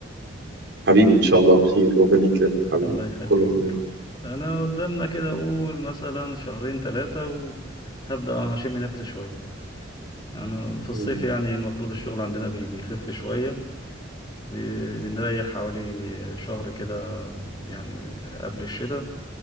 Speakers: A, on the right; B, on the left.
A: حبيبي إن شاء الله بخير ربنا يكرمك حبيبي
B: الله يخليك
A: كله تمام
B: أنا قدامنا كده أقول مثلا شهرين ثلاثة وهبدأ هشم نفسي شوية أنا في الصيف
A: م-
B: يعني المفروض الشغل عندنا بي- بيخف شوية بي- بنريح حوالي شهر كده يعني قبل الشتاء